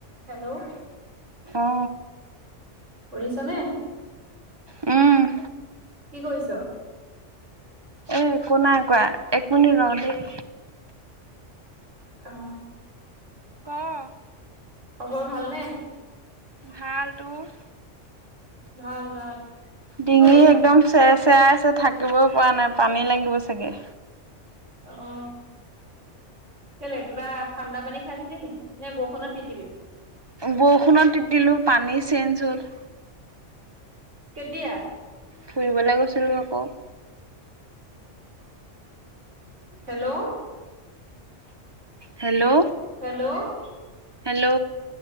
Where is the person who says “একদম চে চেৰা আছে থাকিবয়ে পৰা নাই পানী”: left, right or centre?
Right